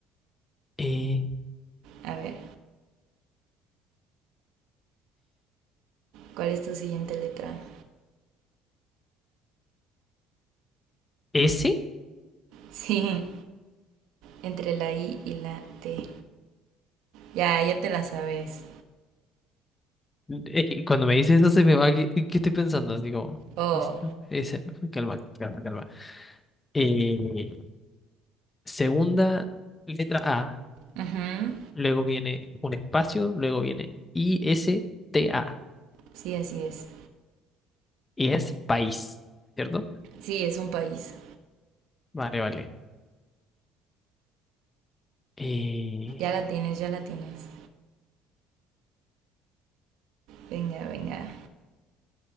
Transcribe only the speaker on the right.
A ver, ¿cuál es tu siguiente letra? <laughs>
Sí, entre la I y la T. Ya, ya te la sabes.
Oh,
ujú.
Sí, así es.
Sí, es un país.
Ya la tienes, ya la tienes. Venga, venga.